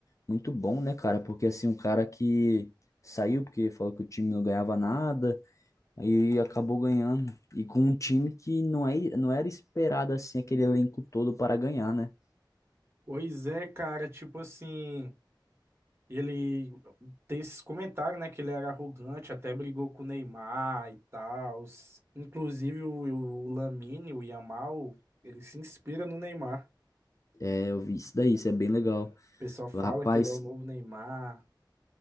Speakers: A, on the left; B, on the right.
A: muito bom, né, cara? Porque assim, um cara que saiu porque falou que o time não ganhava nada E acabou ganhando. E com um time que não, é, não era esperado assim, aquele elenco todo para ganhar, né?
B: Pois é, cara, tipo assim, ele tem esses comentários, né, que ele era arrogante, até brigou com o Neymar e tal. Inclusive o, o Lamine, o Yamal, ele se inspira no Neymar.
A: É, eu vi isso daí, isso é bem legal.
B: O pessoal fala
A: Rapaz,
B: que ele é o novo Neymar.